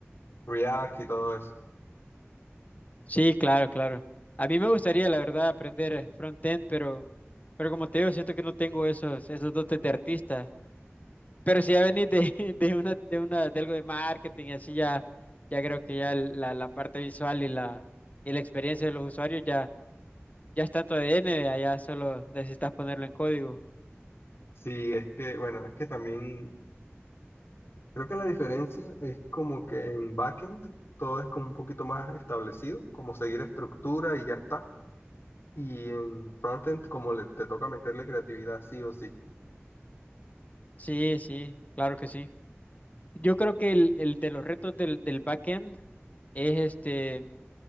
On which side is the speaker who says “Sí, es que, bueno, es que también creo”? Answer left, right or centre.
Left